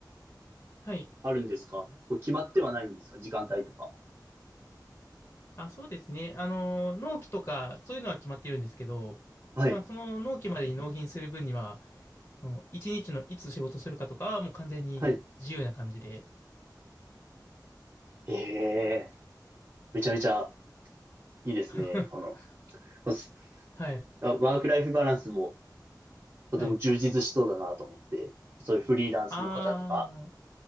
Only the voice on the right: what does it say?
あるんですかこう、決まってはないんですか時間帯とか。
はい、
はい。ええめちゃめちゃいいですね。
この、こす
あワークライフバランスもとても充実しそうだなと思って、
そういうフリーランスの方とか